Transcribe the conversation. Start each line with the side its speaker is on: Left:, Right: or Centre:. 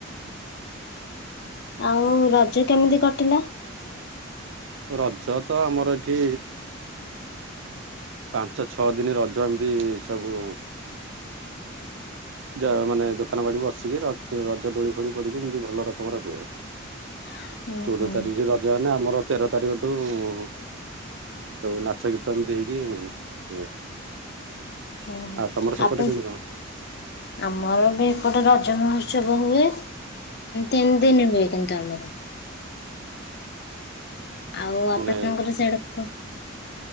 Left: ଆଉ ରଜ କେମିତି କଟିଲା?
Right: ରଜ ତ ଆମର ଏଠି ପାଞ୍ଚ ଛଅ ଦିନି ରଜ ଏମିତି ସବୁ ଜ ମାନେ ଦୋକାନ ବାଡି ବସିକି ର-ରଜ ଦୋଳି ଫୋଳି ପଡିକି ଏମିତି ଭଲ ରକମର ହୁଏ ଏଠି।
Left: <unintelligible>
Right: ଚଉଦ
Left: ହୁଁ
Right: ତାରିଖରେ ରଜ ହେନେ ଆମର ତେର ତାରିକ ଠୁ ସବୁ ନାଚ ଗୀତ ଏମିତି ହେଇକି ହୁଏ।
Left: ହୁଁ ହୁଁ
Right: ଆଉ ତମର ସେପଟେ
Left: ଆପଣ
Right: କେମତି କଣ?
Left: ଆମର ବି ଏପଟେ ରଜ ମହୋତ୍ସବ ହୁଏ। ତିନି ଦିନ ହୁଏ କିନ୍ତୁ ଆମର। ଆଉ ଆପଣଙ୍କର
Right: ମାନେ
Left: ସେଇଡା କ